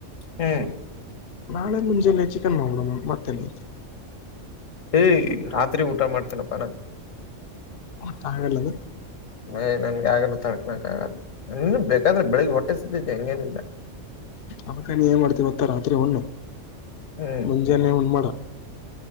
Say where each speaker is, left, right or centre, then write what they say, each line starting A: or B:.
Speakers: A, on the left (about 80°); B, on the left (about 60°).
A: ಹ್ಮ್
B: ನಾಳೆ ಮುಂಜೆಲ್ಲೆ ಚಿಕನ್ ಮಾಡಡ ಮತ್ತೆಲ್ಲ ಐ
A: ಏ್ ರಾತ್ರಿ ಊಟ ಮಾಡ್ತೇನಪ್ಪಾನ
B: ಹ ತಲ್ಲದು
A: ಮ್ ನನ್ಗೆ ಆಗಲುೂ ತರಕ ಹಕ್ಕಾಗಲ್ಲ ಇನ್ನು ಬೇಕಾದ್ರೆ ಬೆಳಿಗ್ ಹೊಟ್ಟೆ ಸಿದ್ದೈತೆ ಹೆಂಗೇನಿಲ್ಲ
B: ಅವಕ್ಕ ನೀ ಏನ್ ಮಾಡ್ತವಿ ಮತ್ತ ರಾತ್ರಿ ಒಣ್ಣು
A: ಹ್ಮ್
B: ಮುಂಜಾನೆ ಉಣ ಮಾಡಾ